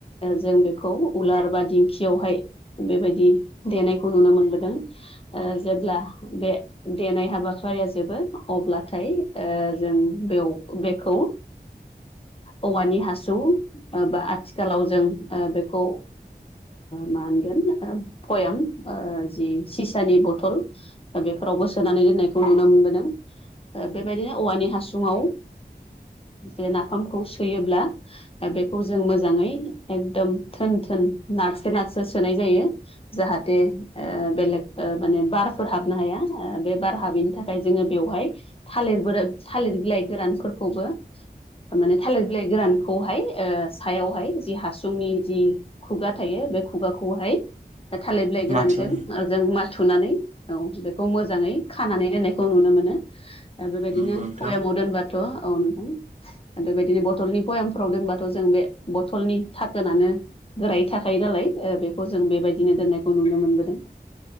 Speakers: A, on the left; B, on the right.
A: जों बेखौ उलार बा दिंखियावहाय बेबायदि देनायखौ नुनो मोनबोदों जेब्ला बे देनाय हाबाफारिया जोबो अब्लाथाय जों बेयाव बेखौ औवानि हासुं बा आथिखालाव जों ओ बेखौ मा होनगोन बयाम जि सिसानि बथल बेफोरावबो सोनानै दोननायखौ नुनो मोनबोदों बेबायदिनो औवानि हासुङाव बे नाफामखौ सोयोब्ला बेखौ जों मोजाङै एकदम थोन थोन नारसो नारसो सोनाय जायो। जाहाथे बेलेग माने बारफोर हाबनो हाया बे बार हाबैनि थाखाय जोङो बेवहाय थालिर गोर थालिर बिलाइ गोरानफोरखौबो माने थालिर बिलाइ गोरानखौहाय सायावहाय जि हासुंनि जि खुगा थायो बे खुगाखौहाय थालिर बिलाइ गोरानजों
B: माथ्र'
A: जों माथुनानै औ बेखौ मोजांङै खानानै दोननाय खौ नुनो मोनो बेबायदिनो
B: नंगौ नोंथां
A: बयामाव दोनबाथ' औ नोंथां बेबायदिनो बथलनि बयामफ्राव दोनबाथ' जों बे बथलनि थाखोनानो गोरायै थाखायो नालाय बेखौ जों बेबायदिनो दोननायखौ नुनो मोनबोदों।